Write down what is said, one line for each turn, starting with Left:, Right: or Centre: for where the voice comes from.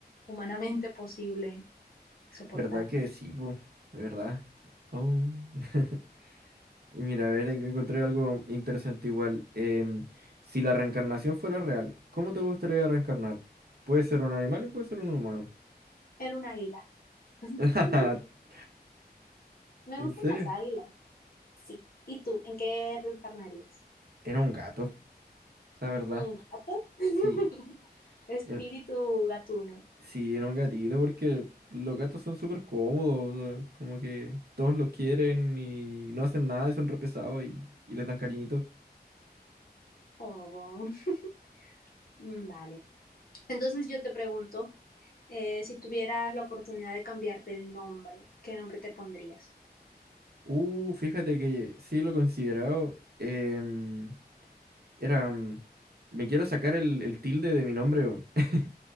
Left: humanamente posible soportarlo.
Right: ¿Verdad que sí, po? ¿Verdad? Oh. <laughs> Y Mira, a ver, en- encontré algo interesante igual. Em, si la reencarnación fuera real, ¿cómo te gustaría reencarnar? Puede ser un animal y puede ser un humano.
Left: En un águila. <laughs>
Right: <laughs>
Left: Me
Right: ¿En
Left: gustan
Right: serio?
Left: las águilas, sí. ¿Y tú, en qué reencarnarías?
Right: En un gato, la verdad.
Left: ¿Un gato? <laughs>
Right: Sí,
Left: Espíritu
Right: en,
Left: gatuno.
Right: sí, en un gatito, porque los gatos son súper cómodos, o sea, como que todos los quieren y no hacen nada y son re pesados y, y les dan cariñito.
Left: Oh, <laughs> mm, vale. Entonces yo te pregunto. Eh, si tuvieras la oportunidad de cambiarte el nombre, ¿qué nombre te pondrías?
Right: Uh, fíjate que sí lo he considerado. em, era. mm, Me quiero sacar el, el tilde de mi nombre. weón. <laughs>